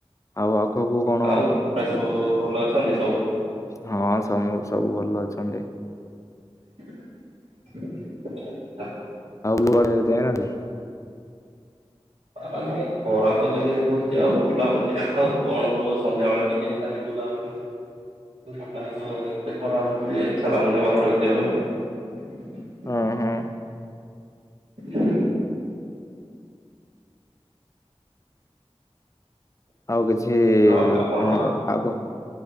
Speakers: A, on the left; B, on the right.
A: ଆଉ ଆଗକୁ କଣ
B: ଆଉ ପାଆ ସବୁ ଭଲ ଅଛନ୍ତି ସବୁ?
A: ହଁ ସମୁଁ ସବୁ ଭଲ ଅଛନ୍ତି।
B: ହା
A: କୁଆଡ଼େ ଯାଇ ନାହାନ୍ତି?
B: ନା ନାଇଁ ଖରା ତ ଯେମିତି ହଉଛି ଆଉ ବୁଲାବୁଲି ଆଉ କଣ ହବ। ସନ୍ଧ୍ୟାବେଳେ ଟିକେ ଖାଲି ବୁଲା ବୁଲି ହଉଛି ସକାଳେ ସନ୍ଧ୍ୟା ବେଳେ ଖରା ହଉଛି ଯେ ଇଛା ଲାଗୁନି ବାହାରକୁ ଯିବା ପାଇଁ।
A: ହଁ ହଁ
B: ହା
A: ଆଉ କିଛି
B: ଆଉ ଆପଣ
A: କଣ ଆଗ